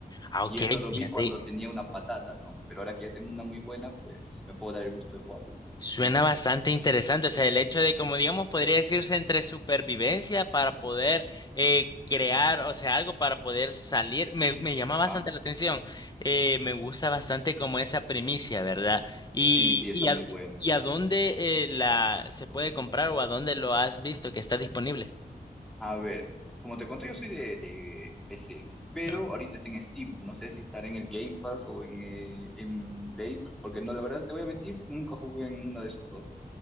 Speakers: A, on the left; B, in the centre.
A: Ah, ok,
B: Y eso lo
A: fíjate.
B: vi cuando tenía una patata, ¿no? Pero ahora que ya tengo una muy buena, pues me puedo dar el gusto de jugarlo.
A: Suena
B: Sí,
A: bastante interesante, o sea, el hecho de, como digamos, podría decirse entre supervivencia para poder eh, crear, o sea, algo para poder salir, me, me llama
B: ajá.
A: bastante la atención, Eh, me gusta bastante como esa primicia, ¿verdad? Y,
B: Sí, sí, está
A: y,
B: muy
A: a,
B: buena.
A: y a dónde eh, la se puede comprar o a dónde lo has visto que está disponible.
B: A ver, como te conté, yo soy de, de PC, pero
A: No.
B: ahorita está en Steam. No sé si estará en el Game Pass o en, eh, en Play, porque no, la verdad te voy a mentir, nunca jugué en uno de esos dos.